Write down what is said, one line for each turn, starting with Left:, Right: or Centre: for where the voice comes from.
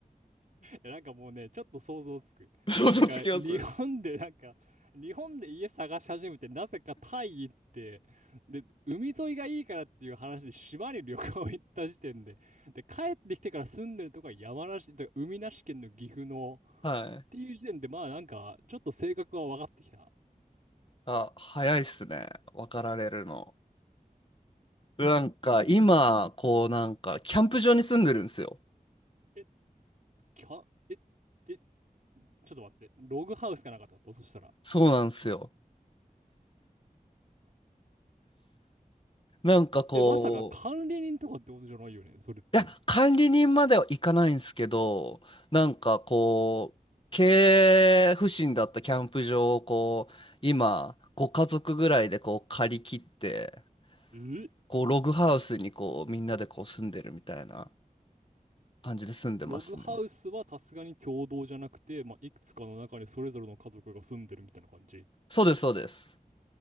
Right: なんかもうね、ちょっと想像つく。
Left: <laughs> 想像つきます
Right: なんか日本でなんか、日本で家探し始めて、なぜかタイ行って、で、海沿いがいいからっていう話で島に旅行行った時点で、で、帰ってきてから住んでるとこは山梨、だから海なし県の岐阜の、
Left: はい。
Right: っていう時点で、まあなんか、ちょっと性格は分かってきた。
Left: あ、早いっすね。分かられるの。なんか今、こうなんかキャンプ場に住んでるんですよ。
Right: え、キャ、え、え、ちょっと待って、ログハウスかなんかと思った、そしたら。
Left: そうなんですよ。なんかこ
Right: え、まさか管理人とかってことじゃないよね、それって。
Left: う、いや、管理人までは行かないんですけど、なんかこう、経営不振だったキャンプ場をこう、今、ご家族ぐらいでこう借り切って、
Right: え
Left: こうログハウスにこうみんなでこう住んでるみたいな感じで住んでますね。
Right: ログハウスはさすがに共同じゃなくて、まあ、いくつかの中にそれぞれの家族が住んでるみたいな感じ。
Left: そうです、そうです。